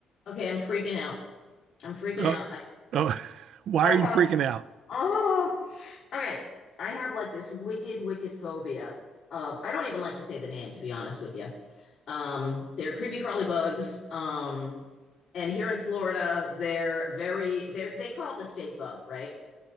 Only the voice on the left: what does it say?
Okay, I'm freaking out. I'm freaking
out. I,
I
have
oh, okay. I have like this wicked, wicked phobia of I don't even like to say the name, to be honest with you. Um, they're creepy crawly bugs. Um, and here in Florida, they're very they're they call it the state bug, right?